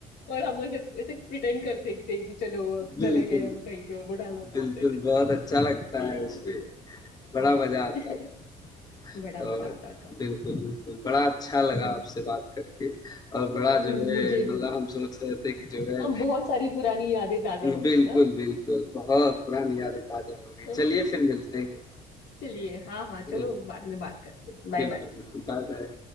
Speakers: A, on the left; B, on the left.
A: और हम ऐसे ऐसे प्रिटेंड करते थे कि चलो वो
B: बिल्कुल
A: चले हैं हम कहीं पे और वो डायलॉग
B: बिल्कुल
A: बोलते थे
B: बहुत अच्छा लगता
A: तो याद
B: है उसमें
A: है मुझे
B: बड़ा
A: हम्म।
B: मजा आता था
A: <laughs> बड़ा
B: और
A: मजा आता
B: बिल्कुल, बिल्कुल। बड़ा अच्छा लगा
A: था
B: आपसे बात करके और बड़ा
A: हम्म,
B: जो है
A: मुझे
B: मतलब
A: भी
B: हम सोच रहे थे कि जो है
A: हम बहुत सारी पुरानी यादें ताजा
B: हुँ,
A: हो
B: बिल्कुल,
A: गई ना
B: बिल्कुल। बहुत पुरानी यादें ताज़ा हो गई।
A: हम्म,
B: चलिए फिर मिलते हैं।
A: चलिए हाँ हाँ
B: अ,
A: चलो बाद में बात करते बाय
B: बिल्कुल,
A: बाय
B: बिल्कुल। बाय-बाय।